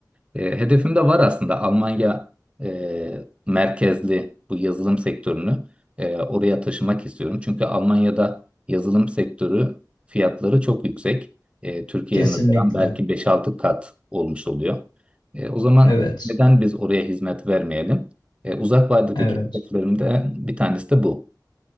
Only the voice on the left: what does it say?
Kesinlikle.
Evet.
Evet.